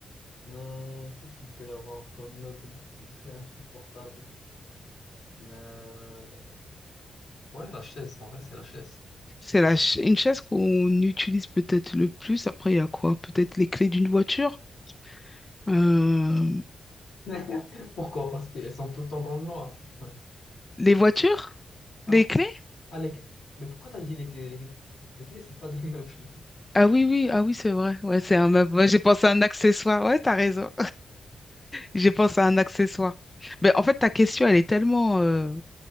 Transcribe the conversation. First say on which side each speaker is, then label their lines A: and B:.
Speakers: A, on the left; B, on the left.
A: non qu'est-ce qu'il peut y avoir comme meuble qui serait insupportable? Euh, Ouais, la chaise, en vrai, c'est la chaise.
B: C'est la ch- une chaise qu'on utilise peut-être le plus. Après, il y a quoi? Peut-être les clés d'une voiture? Euh,
A: <laughs> Pourquoi? Parce qu'elles sont tout le temps dans le noir, c'est ça.
B: Les voitures?
A: Ah
B: Les
A: non,
B: clés?
A: ah, les clés. Mais pourquoi t'as dit les clés? Les clés, les clés, c'est pas des meubles. <laughs>
B: Ah oui, oui, ah oui, c'est vrai. Ouais, c'est un meuble. Ouais, j'ai pensé à un accessoire. Ouais, t'as raison. J'ai pensé à un accessoire. Mais en fait, ta question, elle est tellement, euh,